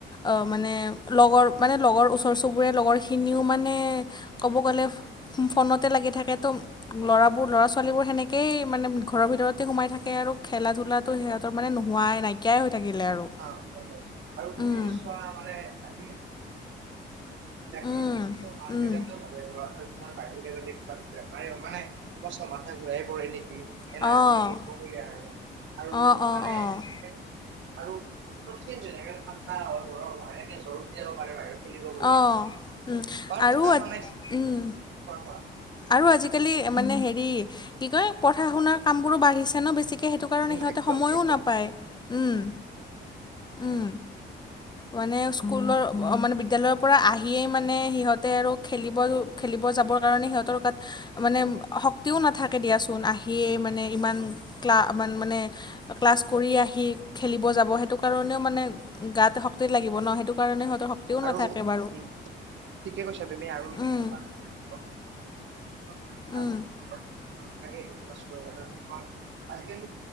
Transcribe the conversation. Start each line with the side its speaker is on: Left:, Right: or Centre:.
Left: আহ মানে লগৰ মানে লগৰ ওচৰ চুবুৰীয়া লগৰখিনিও মানে ক'ব গ'লে ফোনতে লাগি থাকে তোম, ল'ৰাবোৰ ল'ৰা ছোৱালীবোৰ সেনেকেই মানে ঘৰৰ ভিতৰতে সোমাই থাক- কে আৰু খেলা ধূলা সিহঁতৰ মানে নোহোৱাই নাইকিয়াই হৈ থাকিলে আৰু।
Right: অ গম পাইছোঁ আৰু তোননিৰিচ
Left: উম
Right: চোৱা মানে <unintelligible> বিলাকে
Left: উম
Right: চ' মাক
Left: উম
Right: দেউতাকে ভাৱে ল'ৰা ছোৱালী তোমাৰ বাহিৰলে যদি কিবা বেমাৰে মানে ছমাথাই ঘূৰাই পৰে নেকি
Left: অঁ
Right: এনাৰ্জি কমিগীয়া কাৰণে আৰু
Left: অঁ অঁ
Right: মানে
Left: অঁ
Right: এনে আৰু সকলো <unintelligible> ঠাণ্ডা হয়, গৰম হয় এনেকে জ্বৰ উঠি যাব পাৰে বাহিৰত। খেলিব গ'লে
Left: অ উম
Right: বাট
Left: আৰু
Right: এটা মানে
Left: উম
Right: কোৱা কোৱা
Left: আৰু আজিকালি মানে হেৰি কি কয় পঢ়া শুনাৰ কামবোৰো বাঢ়িছে ন বেছিকে সেইটো কাৰণে
Right: উম
Left: সিহঁতে
Right: একদম
Left: সময়ো
Right: একদম
Left: নাপায় উম
Right: সময় নাপায়।
Left: উম মানে
Right: উম
Left: স্কুলৰ মানে বিদ্যালয়ৰ পৰা আহিয়েই মানে সিহঁতে আৰু খেলিব খেলিব যাবৰ কাৰণে সিহঁতৰ
Right: উম
Left: গাত
Right: উম
Left: মানে শক্তিও নাথাকে দিয়াচোন আহি- হিয়ে
Right: উম
Left: মানে ইমান ক্লা মানে ক্লাছ কৰি আহি খেলিব যাব সেইটো কাৰণেও মানে গাত শক্তি লাগিব ন সেইটো কাৰণে সিহঁতৰ শক্তিও
Right: আৰু
Left: নাথাকে বাৰু
Right: উম ঠিকে কৈছা তুমি আৰু
Left: উম
Right: তুমি চোৱা যায়। গৰম দিছে মানে <unintelligible>
Left: উম
Right: তোমাক আজিকালি